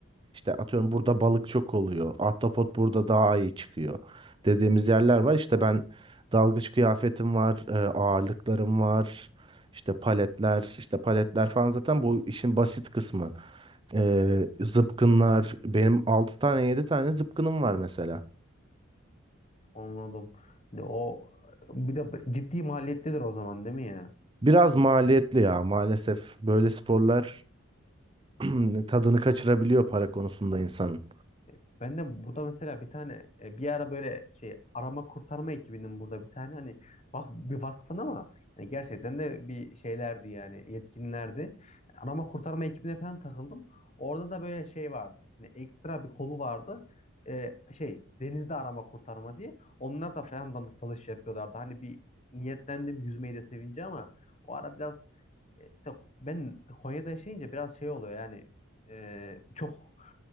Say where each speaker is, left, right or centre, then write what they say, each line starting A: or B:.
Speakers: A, on the right (about 25°); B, on the left (about 30°).
A: İşte atıyorum burada balık çok oluyor. Ahtapot burada daha iyi çıkıyor. Dediğimiz yerler var. İşte ben dalgıç kıyafetim var, e, ağırlıklarım var. İşte paletler, işte paletler falan zaten bu işin basit kısmı. E, zıpkınlar, benim 6 tane 7 tane zıpkınım var mesela.
B: Anladım. O bir de ciddi maliyetlidir o zaman değil mi ya?
A: Biraz maliyetli ya maalesef böyle sporlar <clears throat> tadını kaçırabiliyor para konusunda insanın.
B: E, Ben de burada mesela bir tane e, bir ara böyle şey arama kurtarma ekibinin burada bir tane hani vak, bir vakfın ama yani gerçekten de bir şeylerdi yani yetkinlerdi. Arama kurtarma ekibine falan takıldım. Orada da böyle şey vardı. Hani ekstra bir kolu vardı. E, şey denizde arama kurtarma diye. Onlar da falan dandik dalış yapıyorlardı. Hani bir niyetlendim yüzmeyi de sevince ama o ara biraz e, işte ben Konya'da yaşayınca biraz şey oluyor yani e, çok